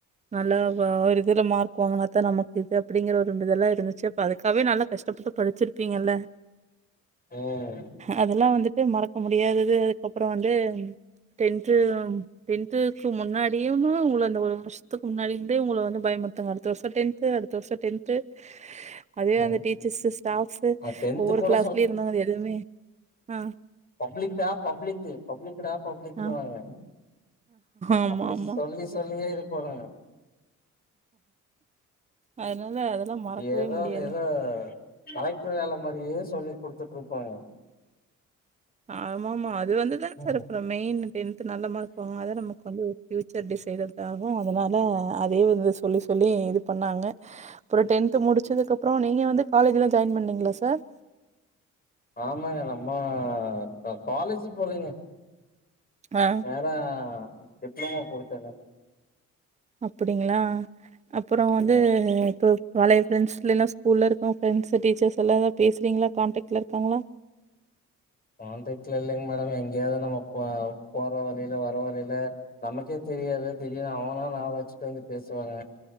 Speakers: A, on the right; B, on the left.
A: நல்லா வ ஒரு இதுல மார்க் வாங்குனா தா நமக் இது அப்படிங்கற ஒரு இதெல்லா இருந்துச்சு அப்ப அதுக்காகவே நல்லா கஷ்டப்பட்டு படிச்சிருப்பீங்கல்ல
B: ம்
A: அதெல்லா வந்துட்டு மறக்க முடியாதது அதுக்கப்றோ வந்து டென்து டென்த்துக்கு முன்னாடியும் உங்க அந்த ஒரு வருஷத்துக்கு முன்னாடிந்தே உங்கள வந்து பயம் ஒருத்தங்க அடுத்த வருஷோ டென்து அடுத்த வருஷோ டென்து அதுவே
B: ம்
A: அந்த டீச்சர்ஸ்சு ஸ்டாஃப்ஸ்சு
B: அ டென்த்து
A: ஒவ்வொரு
B: கூட
A: கிளாஸ்லயு இருந்தாங்க அது எதுவுமே ஆ
B: பப்ளிகுடா பப்ளிக்கு பப்ளிகுடா பப்ளிக்குனுவாங்க
A: ஆ ஆமா
B: அப்புடி
A: ஆமா
B: சொல்லி சொல்லியே இருப்பானுங்க
A: அதனால அதெல்லா மறக்கவே
B: ஏதோ
A: முடியாது
B: ஏதோ கலெக்டர் வேல மாரியே சொல்லி குடுத்துட்ருப்பாங்க <inaudible>
A: ஆமமா அது வந்துதா
B: ம்
A: சார் அப்றோ மெயின் டென்து நல்ல மார்க் வாங்குனாதா நமக்கு வந்து பியூச்சர் டிசைடட் ஆகு அதனால அதே வந்து சொல்லி சொல்லி இது பண்ணாங்க அப்றோ டென்து முடிச்சதுக்கப்றோ நீங்க நீங்க வந்து காலேஜ்ல ஜாயின் பண்ணீங்களா சார்
B: ஆமாங்க நம்ம க காலேஜ் போலீங்க
A: ஆ
B: நேரா டிப்ளமோ போயிட்டங்க
A: அப்புடிங்களா அப்றோ வந்து
B: ம்
A: தொ பழைய ப்ரண்ட்ஸ் இல்ல ஸ்கூல்ல இருக்க ஃரெண்ட்ஸ் டீச்சர்ஸ் எல்லா ஏதாது பேசுறீங்களா காண்டக்ட்ல இருக்காங்களா
B: <inaudible> கான்டக்டல இல்லைங்க மேடம் எங்கேயாவது நம்ம போ போற வழில வர வழில நமக்கே தெ ரியாது திடீருனு அவனா நா வச்சுட்டு வந்து பேசுவாங்க